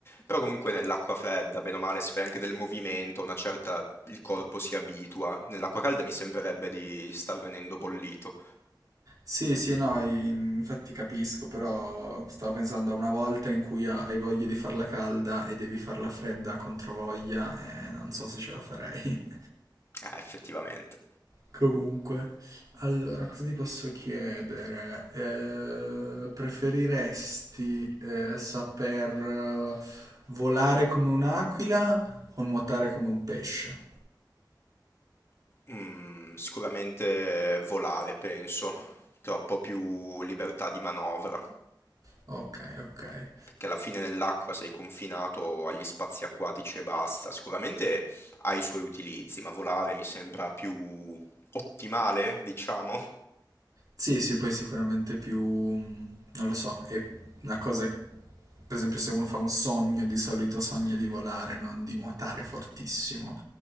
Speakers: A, on the left (about 30°); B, on the right (about 50°).
A: però comunque nell'acqua fredda, bene o male, se fai anche del movimento, una certa... il corpo si abitua, nell'acqua calda mi sembrerebbe di star venendo bollito.
B: Sì, sì, no, in- infatti capisco, però stavo pensando a una volta in cui ha- hai voglia di farla calda e devi farla fredda contro voglia, e non so se ce la farei. <laughs>
A: Eh, effettivamente.
B: Comunque, allora, cosa ti posso chiedere? Eh, preferiresti eh, saper eh, volare come un'aquila o nuotare come un pesce?
A: Mm, sicuramente volare, penso, troppo più libertà di manovra.
B: Ok, ok. ok.
A: perché alla fine nell'acqua sei confinato agli spazi acquatici e basta. Sicuramente ha i suoi utilizzi, ma volare mi sembra più ottimale, diciamo.
B: Sì, sì, poi sicuramente più, mh, non lo so, è una cosa, per esempio se uno fa un sogno, di solito sogna di volare, non di nuotare fortissimo,